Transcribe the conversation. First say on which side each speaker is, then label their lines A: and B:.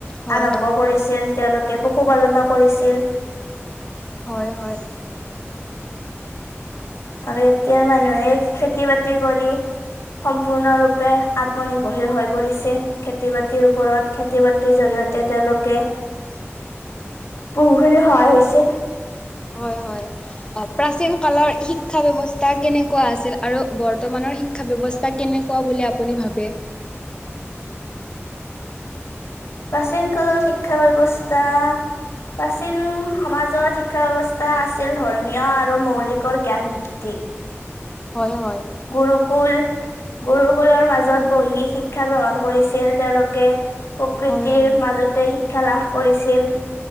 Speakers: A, on the left; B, on the left.
A: হয়
B: আৰম্ভ
A: হয়
B: কৰিছিল, তেওঁলোকে পশুপালনো কৰিছিল।
A: হয় হয়।
B: আৰু এতিয়াৰ মানুহে খেতি বাতি কৰি, সম্পূৰ্ণৰূপে আত্মনিৰ্ভৰশীল হৈ পৰিছে। খেতি বাতিৰ ওপৰত, খেতি বাতিৰ জৰিয়তে তেওঁলোকে-
A: <inaudible>
B: বহুখিনি সহায় হৈছে।
A: হয় হয়। অ প্ৰাচীন কালৰ শিক্ষা ব্যৱস্থা কেনেকুৱা আছিল? আৰু বৰ্তমানৰ শিক- শিক্ষা ব্যৱস্থা কেনেকুৱা বুলি আপুনি ভাবে?
B: প্ৰাচীন কালত শিক্ষা ব্যৱস্থা - প্ৰাচীন সমাজত শিক্ষা ব্যৱস্থা আছিল ধৰ্মীয় আৰু মৌলিকৰ জ্ঞানভিত্তিক।
A: হয়, হয়।
B: গুৰুকুল, গুৰুকুলৰ মাজত বহি শিক্ষা গ্ৰহণ কৰিছিল তেওঁলোকে। প- প্ৰকৃতিৰ
A: হয় হয়,
B: মাজতে শিক্ষা লাভ কৰিছিল!